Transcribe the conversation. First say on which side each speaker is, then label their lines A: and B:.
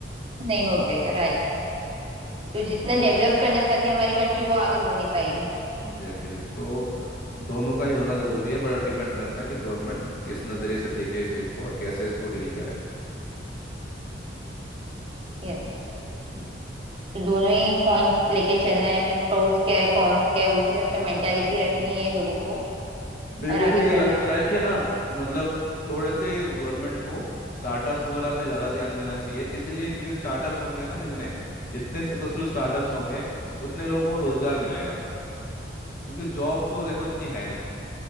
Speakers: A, on the right; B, on the left.
A: नहीं हो पाएगा राइट तो जितना डेवलप करना चाहती है हमारी कंट्री वो आगे हो नहीं पाएगी
B: Exactly exactly. तो दोनों का ही होना ज़रूरी है बट अब डिपेंड करता है कि गवर्नमेंट किस नज़रिए से देखे इस चीज़ को और कैसे इसको डील करे
A: यस
B: हम्म।
A: तो दोनों ही पॉइंट लेके चलना है हमें प्रोज क्या है कॉन्स क्या है उसी हिसाब से मेंटालिटी रखनी है लोगों को
B: मेरे
A: और
B: को तो
A: आगे
B: ये लगता
A: बढ़ना है
B: है कि ना मतलब थोड़े से गवर्नमेंट को स्टार्टअप्स वगैरह पे ज़्यादा ध्यान देना चाहिए इसलिए क्योंकि स्टार्टअप्स होंगे ना जितने जितने सक्सेसफुल स्टार्टअप्स होंगे उतने लोगों को रोजगार मिलेगा क्योंकि जॉब तो देखो इतनी है नहीं